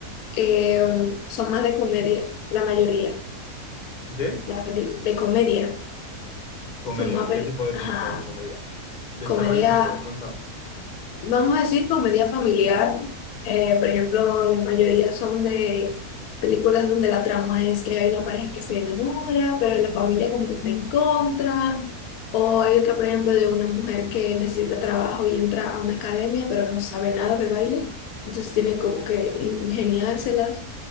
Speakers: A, on the left; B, on the left.
A: em, son más de comedia, la mayoría.
B: ¿De?
A: Las peli- de comedia.
B: Comedia.
A: Son más
B: ¿Y
A: peli-
B: qué tipo de
A: ajá,
B: películas de comedia? Desarrolla
A: comedia
B: un poco, cuéntame.
A: Vamos a decir comedia familiar. Eh, por ejemplo, la mayoría son de películas donde la trama es que hay una pareja que se enamora, pero la familia como que está en contra. O hay otra, por ejemplo, de una mujer que necesita trabajo y entra a una academia, pero no sabe nada de baile. Entonces tiene como que ingeniárselas.